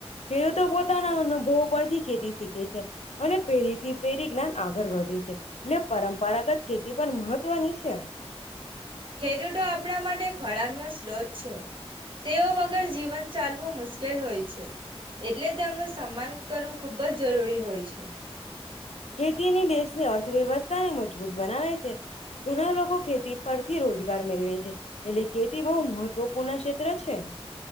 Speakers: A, on the left (about 80°); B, on the right (about 50°).
A: ખેડૂતો પોતાના અનુભવો પરથી ખેતી શીખે છે. અને પેરીથી પેરી જ્ઞાન આવ ઘર <unintelligible> છે. એટલે પરંપરાગત ખેતી પણ મહત્વની છે. <unintelligible>
B: ખેડૂતો આપણા માટે ખોરાકનો સ્ત્રોત છે તેઓ વગર જીવન ચાલવું મુશ્કેલ હોય છે. એટલે જ એમનું સન્માન કરવું ખુબ જ જરૂરી હોય છે.
A: ખેતીની દેશની અર્થવ્યવસ્થાને મજબૂત બનાવે છે ઘણા લોકો ખેતી પરથી રોજગાર મેળવે છે એટલે ખેતી બહુ મહત્વપૂર્ણ ક્ષેત્ર છે.